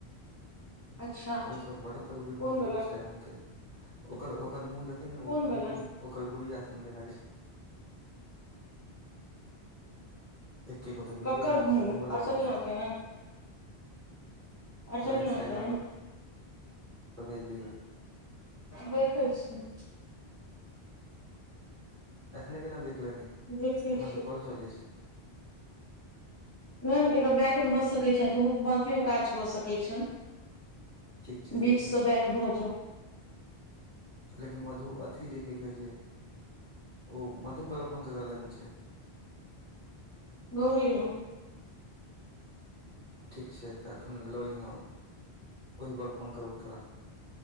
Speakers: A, on the left; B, on the right.
A: अच्छा
B: ओड
A: कोन
B: भेजलै
A: वला
B: इंस्टाग्राम के <unintelligible> ओकर ओकर मुंह देखे ने
A: कोन
B: ओकर
A: वला
B: मुह ओकर गुड़ीया सन के लागै छै छै एके गो तऽ वीडियो
A: केकर
B: भेजल
A: मुंह
B: तऽ कोन वाला
A: अर्चनिया
B: की होइ छै
A: के है अर्चनियाँ
B: तोरा इंस्टाग्राम
A: के
B: पर भेजलियौ
A: देखै छी
B: एखने केना देख लेबही एखन
A: देखै छी
B: द कल चलै छै
A: नहि एकर बैक भऽ सकै छै तुऽ ओ बकियो काज कऽ सकै छै
B: ठीक छै
A: बीचसँ
B: लेकिन
A: बैक भजो
B: लेकिन मधु अथी जे की कहे छै ओ मधु बलफन के करा लग मे छै
A: गौरी लग
B: ठीक छै तऽ एखन लऽ लिहौ ओहिपर फोन करबौ तोरा